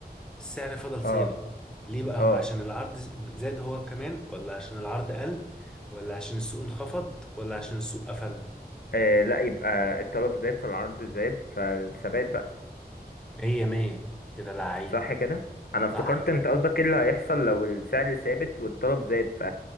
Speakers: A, in the centre; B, on the left.
A: السعر فضل ثابت
B: اه
A: ليه بقى
B: اه
A: عشان العرض زاد هو كمان ولا عشان العرض قل ولا عشان السوق انخفض ولا عشان السوق قفل
B: آه، لا يبقى الطلب زاد فالعرض زاد فالثبات بقى
A: مية مية كده لعيب
B: صح كده انا افتكرت
A: صح كده
B: انت قصدك ايه اللي هيحصل لو السعر ثابت والطلب زاد ف